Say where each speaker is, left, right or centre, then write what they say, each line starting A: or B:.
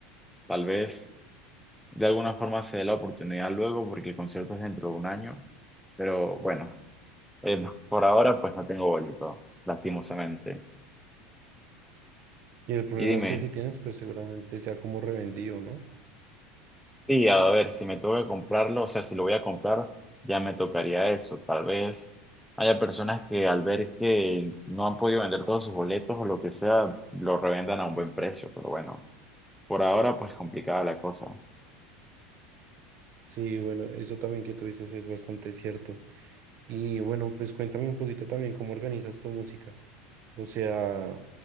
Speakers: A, in the centre; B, on the right.
A: tal vez de alguna forma se dé la oportunidad luego porque el concierto es dentro de un año, pero bueno, eh, por ahora pues no tengo boleto, lastimosamente.
B: Y el problema
A: Y dime,
B: es que si tienes, pues seguramente sea como revendido, ¿no?
A: sí, a ver, si me tengo que comprarlo, o sea, si lo voy a comprar, ya me tocaría eso. Tal vez haya personas que al ver que no han podido vender todos sus boletos o lo que sea, lo revendan a un buen precio, pero bueno, por ahora pues complicada la cosa.
B: Sí, bueno, eso también que tú dices es bastante cierto. Y bueno, pues cuéntame un poquito también cómo organizas tu música. O sea,